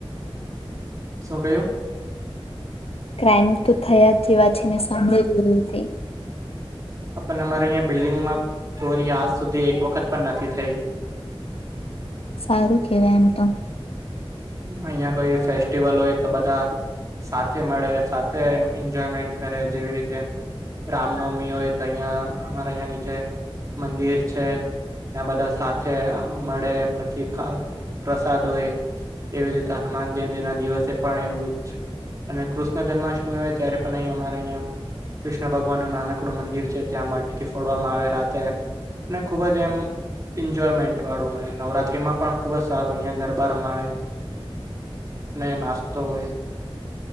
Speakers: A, on the right; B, on the left.
A: શું કહ્યું?
B: ક્રાઈમ તો થયા જેવા છે, મેં સાંભડેલુ દૂર થી.
A: પણ અમારે બિલ્ડિંગમાં, ચોરી આજ સુધી એક વખત પણ નથી થઈ.
B: સારું કેવાય એમ તો.
A: અહિયાં કોઈ ફેસ્ટિવલ હોય તો બધા સાથે મળે, સાથે એન્જોયમેન્ટ કરે, જેવી રીતે રામનવમી હોય, તો અહિયાં અમારે અહિયાં નીચે મંદિર છે. ત્યાં બધા સાથે અ મળે, પછી ખ પ્રસાદ હોય. એવીજ રીતે હનુમાન જયંતિ ના દિવસે પણ એવુંજ અને કૃષ્ણ જન્માષ્ટમી હોય ત્યારે પણ અહીં અમારે અહં કૃષ્ણ ભગવાનનું નાનકડું મંદિર છે, ત્યાં મટકી ફોડવામાં આવે રાતે. ને ખૂબ જ એમ એન્જોયમેન્ટ વાળું હોય, નવરાત્રીમાં પણ ખુબ જ સારું અહંયા ઘરબા રમાડે. ને નાસ્તો હોય.